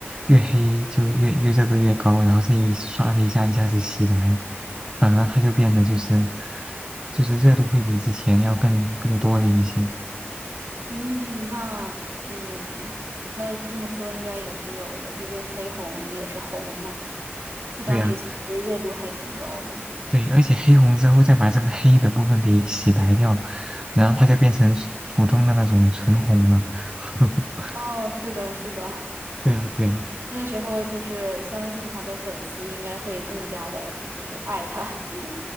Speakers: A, on the right (about 20°); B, on the right (about 65°).
A: 越黑就越越热度越高，然后这一刷的一下一下子洗白，反而他就变得就是就是热度会比之前要更更多了一些。
B: 嗯，那嗯，那这么说应该也是有的，毕竟黑红也是红嘛，他当时其实热度还挺高的。
A: 对呀，对，而且黑红之后再把这个黑的部分给洗白掉，然后他就变成普通的那种纯红了。<laughs>
B: 哦，是的，是的，<laughs>
A: 对呀，对呀，
B: 那时候就是相信他的粉丝应该会更加的，就是爱他，<laughs>